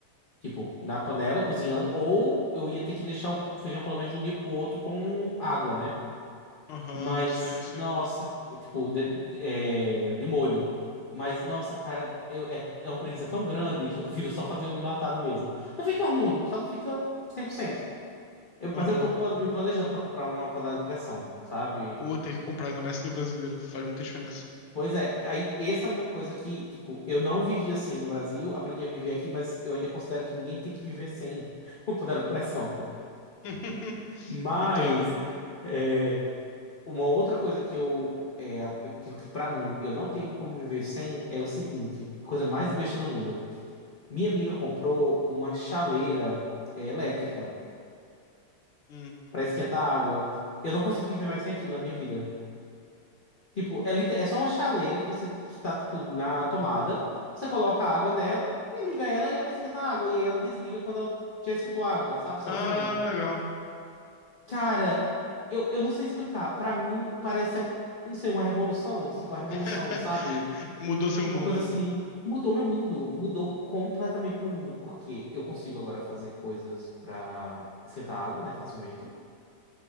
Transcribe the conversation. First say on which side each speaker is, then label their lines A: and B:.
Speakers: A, on the left; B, on the left.
A: tipo, na panela cozinhando, ou eu ia ter que deixar o feijão pelo menos de um dia pro outro com água, né?
B: Aham,
A: Mas,
B: sim, sim.
A: nossa, tipo, de, de- é, de molho. Mas, nossa, cara, eu- é, é uma preguiça tão grande que eu prefiro só fazer o enlatado mesmo. Não fica ruim, só não fica 100%. Eu,
B: Aham.
A: mas eu tô plan- me planejando pra comprar uma panela de pressão, sabe?
B: Pô, tem que comprar, ainda mais sendo brasileiro, faz muita diferença.
A: Pois é, aí essa é uma coisa que, tipo, eu não vivia sem no Brasil, aprendi a viver aqui, mas eu ainda considero que ninguém tem que viver sem <laughs> uma panela de pressão.
B: <laughs>
A: Mas.
B: Entendo.
A: é, Uma outra coisa que eu é, eu digo que pra mim eu não tenho como viver sem é o seguinte, a coisa mais besta do mundo. Minha amiga comprou uma chaleira é, elétrica
B: Hum.
A: pra esquentar água. Eu não consigo viver mais sem aquilo na minha vida. Tipo, é, lite- é só uma chaleira que você que tá tipo na tomada, você coloca a água nela e liga ela e ela esquenta a água e aí ela desliga quando ela já esquentou a água, sabe, sozinha.
B: Ah, legal.
A: Cara, eu, eu não sei explicar. Pra mim parece, não sei, uma revolução, tipo a revolução,
B: <laughs>
A: sabe?
B: Mudou seu mundo,
A: Uma coisa
B: né?
A: assim, mudou meu mundo, mudou completamente meu mundo, porque eu consigo agora fazer coisas pra esquentar água, né, facilmente.